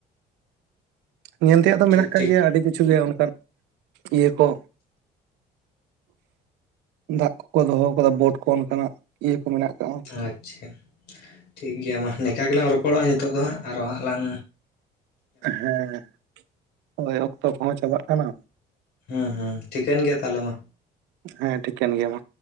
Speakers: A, on the right (about 80°); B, on the left (about 70°).
A: ᱧᱮᱞ ᱛᱮᱭᱟᱜ ᱫᱚ ᱢᱮᱱᱟᱜ
B: ᱴᱷᱤᱠ
A: ᱠᱟᱜ
B: ᱴᱷᱤᱠ
A: ᱜᱮᱭᱟ ᱟᱹᱰᱤ ᱠᱤᱪᱷᱩ ᱜᱮ ᱚᱱᱠᱟᱱ ᱤᱭᱟᱹ ᱠᱚ᱾ ᱫᱟᱜ ᱠᱚᱠᱚ ᱫᱚᱦᱚᱣ ᱠᱟᱫᱟ ᱵᱳᱴ ᱠᱚ ᱚᱱᱠᱟᱱᱟᱜ ᱤᱭᱟᱹ ᱠᱚ ᱢᱮᱱᱟᱜ ᱟᱠᱟᱜᱼᱟ᱾
B: ᱟᱪᱪᱷᱟ ᱴᱷᱤᱠ ᱜᱮᱭᱟ ᱢᱟ ᱱᱮᱠᱟ ᱜᱮᱞᱟᱝ ᱨᱚᱯᱚᱲᱚᱜᱼᱟ ᱱᱤᱛᱚᱜ ᱫᱚ ᱦᱟᱸᱜ ᱟᱨᱚ ᱦᱟᱸᱜ ᱞᱟᱝᱼᱼ
A: ᱦᱮᱸ ᱦᱳᱭ ᱚᱠᱛᱚ ᱠᱚᱦᱚᱸ ᱪᱟᱵᱟᱜ ᱠᱟᱱᱟ᱾
B: ᱦᱩᱸ ᱦᱩᱸ ᱴᱷᱤᱠᱟᱹᱱ ᱜᱮᱭᱟ ᱛᱟᱦᱚᱸᱞᱮ ᱢᱟ᱾
A: ᱦᱮᱸ ᱴᱷᱤᱠᱟᱹᱱ ᱜᱮᱭᱟ ᱢᱟ᱾